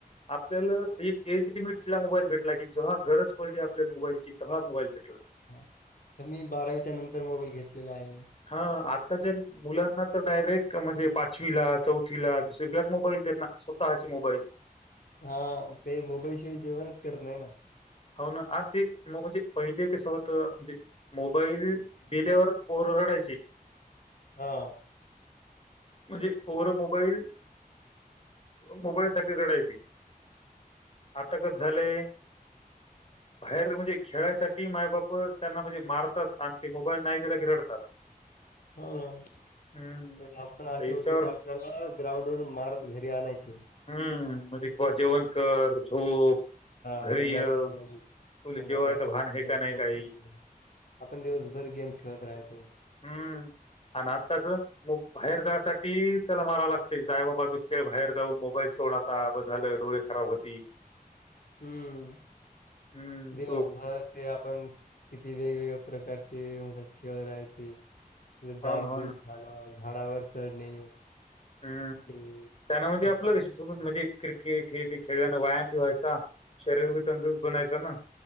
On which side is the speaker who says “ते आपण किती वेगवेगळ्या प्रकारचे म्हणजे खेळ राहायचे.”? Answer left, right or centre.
Left